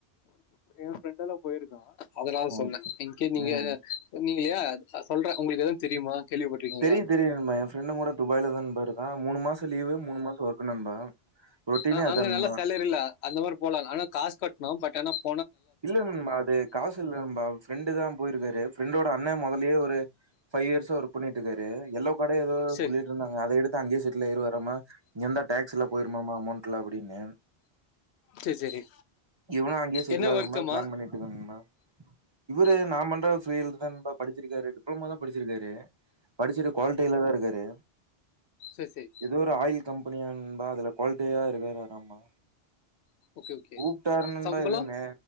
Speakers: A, on the left (about 80°); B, on the right (about 30°).
A: என் ஃப்ரெண்ட் எல்லாம் போயிருக்கோ அதனால
B: ஓகே
A: சொன்னேன் எங்கே நீங்க
B: ம்
A: சொன்னீங்க இல்லையா சொல்ற உங்களுக்கு எதாவது தெரியுமா கேள்விப்பட்டிருக்கீங்களா
B: தெரியு தெரியு நா என் ஃரெண்டும் கூட துபாயல தான் போயிருக்கான் மூணு மாச லீவ் மூணு மாசம் ஒர்க் நண்பா ரொட்டீனே
A: ஆஹ
B: அதா
A: அங்க
B: நண்பா
A: நல்ல சேலரி இல்ல அந்த மாதிரி போலாம் ஆனா காசு கட்டணும் பட் எனப்
B: இல்ல இல்ல நண்பா அது காசு இல்ல நண்பா ஃப்ரெண்டு தான் போயிருக்காரு ஃ பிரண்டோட அண்ணன் முதலே ஒரு பைவ் இயர்சா ஒர்க் பண்ணிட்டு இருக்காரு எல்லோப் ஏதோ
A: சரி
B: சொல்லிட்டு இருந்தாங்க அதை எடுத் அங்கே செட்டிலாகிடுவாராமா எந்த டேக்ஸ் இல போயிரும்மா அமௌண்ட் இருக்கலாம் அப்படின்னு
A: சரி சரி
B: எவன அங்கே செ
A: என்ன
B: இல்லற
A: வர்க்கமா
B: மாதிரிளான் பண்ணிட்டுக்கங்கமா இவரு
A: சரி
B: நான்பண்ற பீல்்டுதான் படிச்சிருக்காரு டிப்ளோம தான் படிச்சிருக்காரு படிச்சுட்டு குவாலில தான் இருக்காரு
A: சரி சரி
B: ஏதோ ஒரு ஆயள் கம்பெனியானபா அதுல குவாலிட்டியா இருக்காரு ஆராமா
A: ஓகே ஓகே
B: கூப்பிட்டரணும்பா
A: சம்பளம்
B: எதுவுமே